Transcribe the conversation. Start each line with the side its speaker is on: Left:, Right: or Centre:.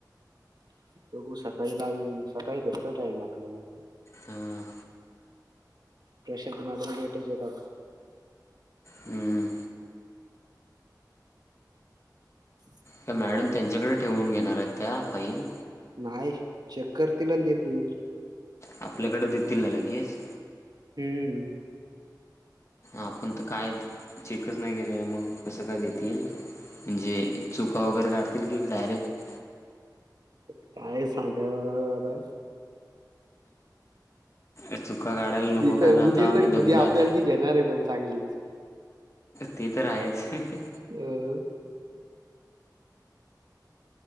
Right: <inaudible> बघू सकाळी <unintelligible> सकाळी भेटतो टाईम आपल्याला.
Left: हां
Right: तशा त मॅडम लेटच येतात.
Left: हम्म, हम्म.
Right: <inaudible>
Left: त्या मॅडम त्यांच्याकडे ठेवून घेणार आहेत त्या फाईल.
Right: नाही चेक करतील अन देतील.
Left: आपल्याकडे देतील ना लगेच?
Right: हम्म.
Left: आपण त काय चेकच नाही केेलं आहे, मग कसं काय देतील म्हंजे चूक का वगैरे काढतील की डायरेक्ट
Right: काय सांगावा आता.
Left: चुका काढायला नको
Right: इथं
Left: कारण, आता
Right: उद्या
Left: आम्ही
Right: तर
Left: दमलोय
Right: उद्या आपल्याला
Left: आता.
Right: ती घेणार आहे पण चांगलीच.
Left: ते तर आहेच.
Right: <unintelligible>